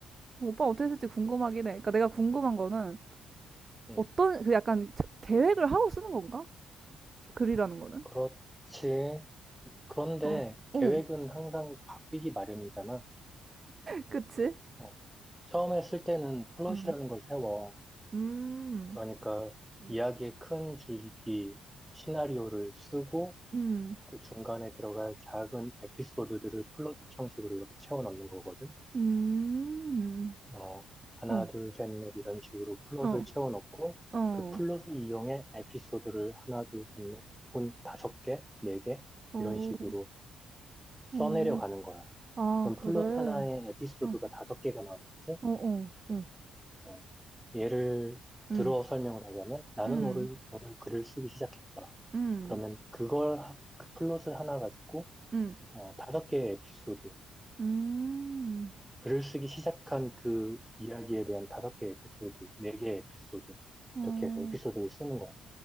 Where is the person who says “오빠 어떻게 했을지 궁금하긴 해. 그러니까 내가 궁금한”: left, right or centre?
Right